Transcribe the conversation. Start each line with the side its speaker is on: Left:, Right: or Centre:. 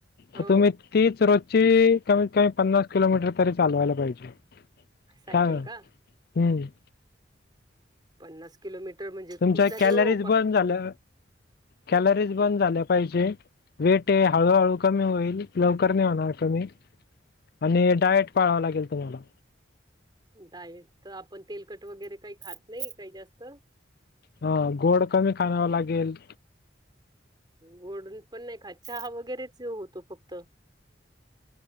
Right: हो
Left: तर तुम्ही तीच रोज ते कमीत कमी पन्नास किलोमीटर तरी चालवायला पाहिजे,
Right: सायकल
Left: काय वाट
Right: का
Left: हम्म
Right: पन्नास किलोमीटर म्हणजे
Left: तुमच्या
Right: खूप झाली
Left: कॅलरीज
Right: हो पा
Left: बर्न झाल्या कॅलरीज बर्न झाल्या पाहिजे. वेट आहे हळूहळू कमी होईल, लवकर नाही होणार कमी आणि डायट पाळाव लागेल तुम्हाला.
Right: डाएट तर आपण तेलकट वगैरे काही खात नाही काही जास्त
Left: हा गोड कमी खावाव लागेल.
Right: गोड न पण नाही खात, चहा वगैरेच होतो फक्त.